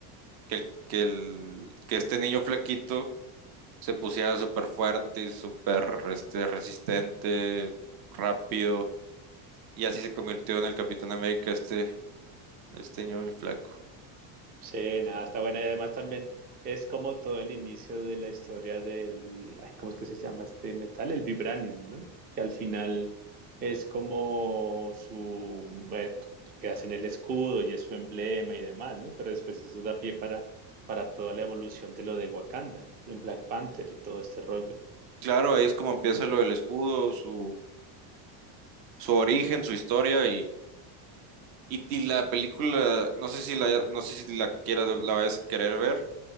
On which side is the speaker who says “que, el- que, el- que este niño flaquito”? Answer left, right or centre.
Right